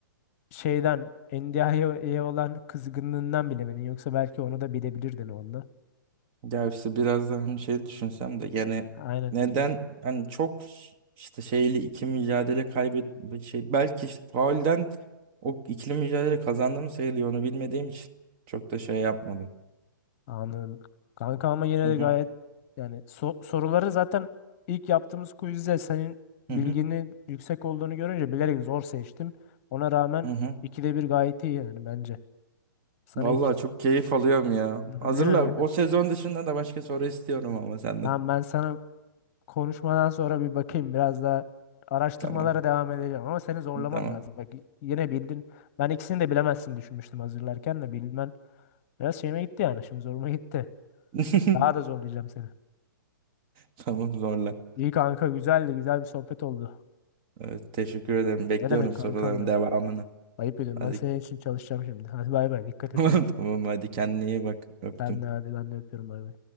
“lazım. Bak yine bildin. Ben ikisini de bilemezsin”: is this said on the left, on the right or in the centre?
Left